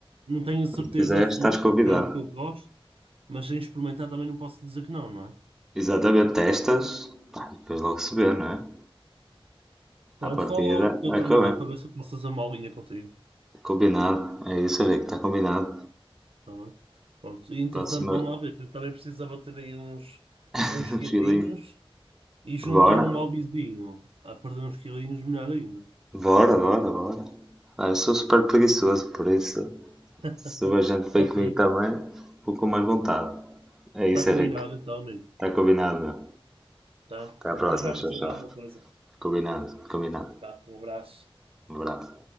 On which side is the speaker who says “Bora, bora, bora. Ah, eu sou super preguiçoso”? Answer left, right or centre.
Centre